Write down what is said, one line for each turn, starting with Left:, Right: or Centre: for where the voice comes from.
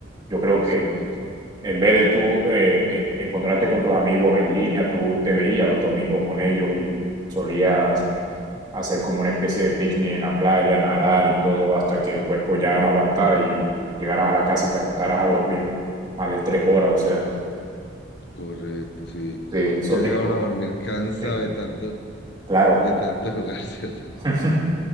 Right: yo creo
Left: Exacto.
Right: que en vez de tú eh, eh, encontrarte con tus amigos en línea, tú te veías los domingos con ellos y solías hacer como una especie de picnic en la playa, nadar y todo hasta que el cuerpo ya no aguantara y llegaras a la casa y te acostaras a dormir más de tres horas, o sea.
Left: Correcto, sí.
Right: Sí, esos
Left: Ya
Right: tiempos,
Left: llegaba a dormir cansado
Right: sí,
Left: de tanto,
Right: claro.
Left: de tanto jugar, <laughs> ¿cierto?
Right: <laughs>